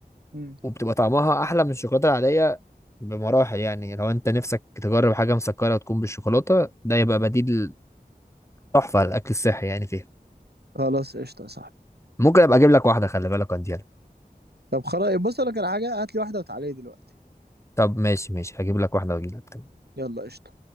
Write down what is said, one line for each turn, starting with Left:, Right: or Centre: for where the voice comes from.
Right: مم.
Left: وبتبقى طعمها احلى من الشوكولاته العاديه بمراحل يعني يعني لو انت نفسك تجرب حاجه مسكره وتكون بالشوكولاته ده يبقى بديل تحفه للاكل الصحي يعني فيها
Right: خلاص قشطة يا صاحبي
Left: ممكن ابقى اجيب لك واحده خلي بالك عندي
Right: طب خلاص بص أقول لك على حاجة هات لي واحدة وتعالي لي دلوقتي
Left: طب ماشي ماشي هجيب لك واحده واجيب لك
Right: يلا قشطة